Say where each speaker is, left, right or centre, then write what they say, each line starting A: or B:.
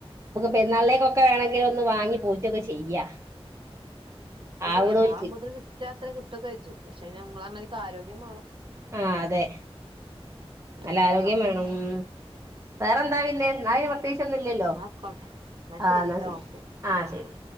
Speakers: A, on the right (about 30°); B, on the right (about 50°).
A: പെരുന്നാളേക്കൊക്കെ വേണമെങ്കിൽ ഒന്ന് വാങ്ങി പൂജയൊക്കെ ചെയ്യാ
B: പോട്ട്
A: ആവ്ണോൽക്ക്
B: കേ നാ മുതൽ രാത്രി ഫുട്ടൊക്കെ കഴിച്ചു പക്ഷെ നിങ്ങൾ കാരണം എനിക്ക് ആരോഗ്യ വേണം
A: ആ അതെ നല്ല
B: ഇല്ലാതെ
A: ആരോഗ്യം
B: നടക്കൂല
A: വേണം ഉം വേറെന്താന്നെ എന്നും പ്രത്യേകിച്ചൊന്നുംല്ലല്ലോ
B: എന്നാ ആയിക്കോട്ടെ
A: ആ
B: ശരിട്ടോ
A: എന്നാ ശരി
B: ഓക്കെ
A: ആ ശരി